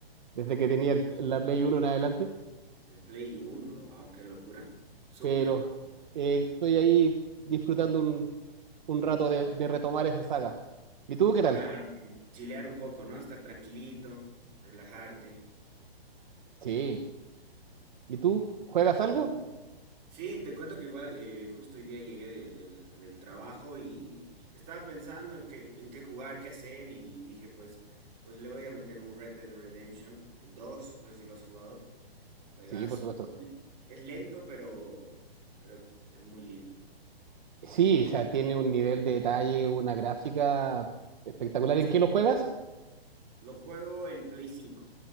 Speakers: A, on the right; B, on the right.
A: desde que tenía el- la Play Uno en adelante,
B: es el Play Uno. Wow, qué locura. Súper.
A: pero eh, estoy ahí disfrutando un, un rato de, de retomar esa saga. ¿Y tú qué tal?
B: Claro. Chilear un poco, ¿no? Estar tranquilito, relajarte.
A: Sí. ¿Y tú juegas algo?
B: Mm, Sí, te cuento que igual eh, justo hoy día llegué de- del, del trabajo y estaba pensando en qué, en qué jugar, qué hacer y dije, pues, pues le voy a meter un Red Dead Redemption, el 2. no sé si lo has jugado. Juegazo.
A: Sí, por supuesto.
B: Muy- Es lento, pero, pero es muy lindo.
A: Sí, o sea, tiene un nivel de detalle, una gráfica espectacular.
B: Sí,
A: ¿En qué lo juegas?
B: lo juego en Play 5.